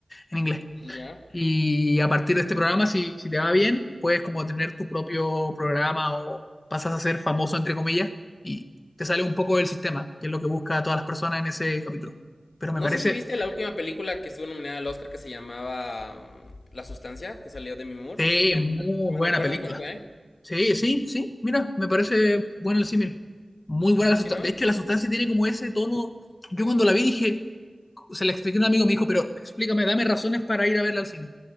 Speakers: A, on the left; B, on the left.
A: en inglés.
B: Ya.
A: Y a partir de este programa, si, si te va bien, puedes como tener tu propio programa o pasas a ser famoso, entre comillas, y te sale un poco del sistema, que es lo que busca a todas las personas en ese capítulo. Pero me
B: No
A: parece
B: sé si viste la última película que estuvo nominada al Oscar que se llamaba um, La Sustancia, que salió de mi humor.
A: eh,
B: No sé, me,
A: muy
B: me, me
A: buena
B: recuerda
A: película.
B: un poco, ¿eh?
A: Sí, sí, sí, mira, me parece buena el símil. Muy buena la
B: ¿Sí,
A: sustancia.
B: no?
A: De hecho, la sustancia tiene como ese tono. Yo cuando la vi dije, se la expliqué a un amigo, me dijo, pero explícame, dame razones para ir a verla al cine.